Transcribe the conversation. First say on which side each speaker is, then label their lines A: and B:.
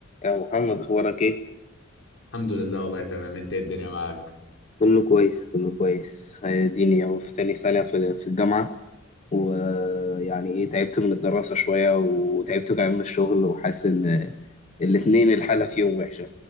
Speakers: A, on the left; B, on the left.
A: يا محمد اخبارك ايه
B: الحمد لله والله تمام انت ايه الدنيا معاك
A: كله كويس كله كويس اديني اهو في تاني سنة في في الجامعة ويعني ايه تعبت من الدراسة شوية وتعبت كمان من الشغل وحاسس ان الاتنين الحالة فيهم وحشة